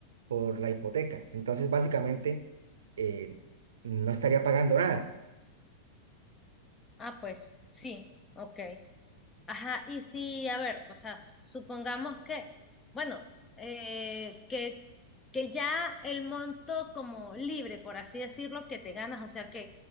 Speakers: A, on the right; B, on the left.
A: por la hipoteca. Entonces, básicamente, eh, no estaría pagando nada.
B: ah, pues sí, ok. Ajá, y sí, a ver, o sea, supongamos que, bueno, eh, que, que ya el monto como libre, por así decirlo, que te ganas, o sea, que,